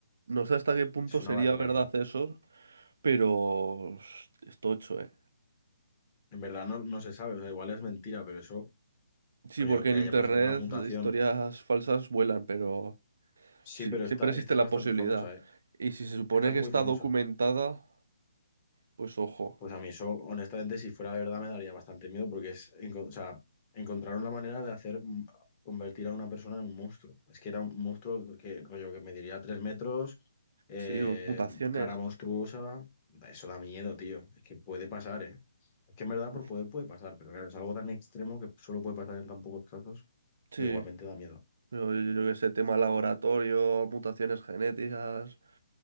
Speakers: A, on the right; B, on the left.
A: no sé hasta qué punto
B: es
A: sería
B: una barbaridad.
A: verdad eso, pero es es tocho, ¿eh?
B: En verdad no, no se sabe, o sea, igual es mentira, pero eso,
A: Sí,
B: rollo,
A: porque
B: que
A: en
B: haya,
A: internet
B: por ejemplo, una mutación.
A: historias falsas vuelan, pero
B: Sí,
A: sí,
B: pero
A: siempre
B: esta,
A: existe
B: esta es
A: la
B: bastante
A: posibilidad.
B: famosa, ¿eh?
A: Y si se supone
B: Esta es
A: que
B: muy
A: está
B: famosa.
A: documentada, pues ojo,
B: Pues a mí eso, honestamente, si fuera verdad, me daría bastante miedo porque es, enco- o sea, encontraron la manera de hacer mm, convertir a una persona en un monstruo. Es que era un monstruo que, rollo, que mediría tres metros, eh,
A: sí, o mutaciones.
B: cara monstruosa. Da- Eso da miedo, tío. Es que puede pasar, ¿eh? Es que en verdad
A: uf,
B: por poder puede pasar, pero claro, es algo tan extremo que solo puede pasar en tan pocos casos,
A: sí,
B: pero igualmente da miedo.
A: yo, yo- yo qué sé, tema laboratorio, mutaciones genéticas.